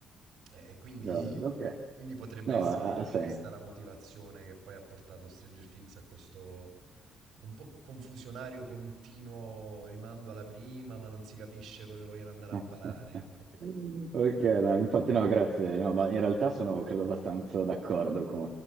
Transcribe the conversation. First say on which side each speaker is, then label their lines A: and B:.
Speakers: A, on the right; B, on the right.
A: E e quindi,
B: Um,
A: <laughs>
B: Ok.
A: quindi potrebbe
B: No,
A: essere
B: ha
A: un po'
B: ha senso.
A: questa la motivazione che poi ha portato Stranger Things a questo un po' confusionario, continuo rimando alla prima, ma non si capisce dove vogliono andare
B: <laughs>
A: a parare, ecco.
B: Ok, no, infatti no, grazie. No, ma in realtà sono, credo, abbastanza d'accordo con,